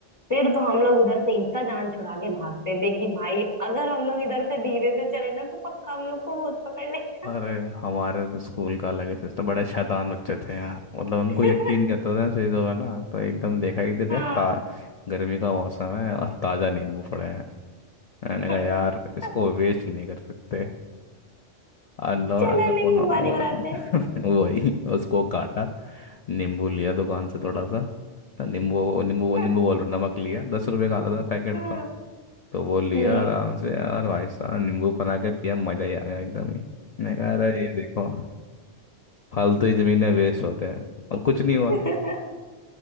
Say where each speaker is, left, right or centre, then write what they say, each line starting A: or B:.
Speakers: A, on the left (about 20°); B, on the left (about 80°).
A: फिर तो हम लोग उधर से इतना जान छुड़ा के भागते थे कि भाई अगर हम लोग इधर से धीरे से चले ना तो पक्का हम लोग को भूत पकड़ लेगा
B: अरे हमारे तो स्कूल का अलग ही सिस्टम बड़े शैतान बच्चे थे यार मतलब उनको
A: <laughs>
B: यकीन नहीं होता था इन चीज़ों का ना तो एकदम देखा एक दिन
A: हाँ
B: यार ता गर्मी का मौसम है और ताज़ा नींबू पड़े मैंने
A: <laughs>
B: कहा यार इसको वेस्ट नहीं कर सकते अनलो
A: चलो
B: अन्नपूर्णा
A: नींबू पानी बनाते
B: <laughs>
A: हैं
B: वही उसको काटा नींबू लिया दुकान से थोड़ा सा तो नींबू नींबू
A: <laughs>
B: नींबू बोल रहा नमक लिया दस रुपए का आला था पैकेट
A: हाँ,
B: तो तो वो लिया
A: हम्म
B: आराम से यार भाई साहब नींबू बना के पिया मजा ही आ गया एकदम ही मैंने कहा अरे ये देखो फालतू ही जमीन में वेस्ट होते हैं और कुछ नहीं हुआ
A: <laughs>